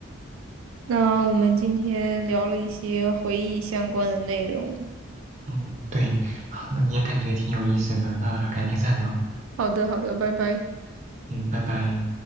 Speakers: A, on the right; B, on the right.
A: 那我们今天聊了一些回忆相关的内容。
B: 嗯，对，好，那你也感觉挺有意思的，那改天再聊，
A: 好的，好的，拜拜。
B: 嗯，拜拜。